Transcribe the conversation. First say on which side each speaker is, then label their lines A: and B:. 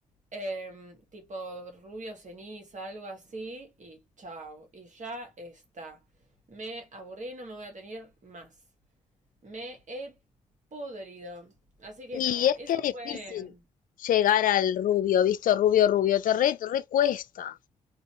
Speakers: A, on the right; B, on the left.
A: em, tipo rubio ceniza, algo así, y chao, y ya está. Me aburrí, no me voy a tener más. Me he podrido. Así que
B: Y
A: nada,
B: es
A: eso
B: que es
A: fue...
B: difícil llegar al rubio, visto rubio, rubio, te re, te re cuesta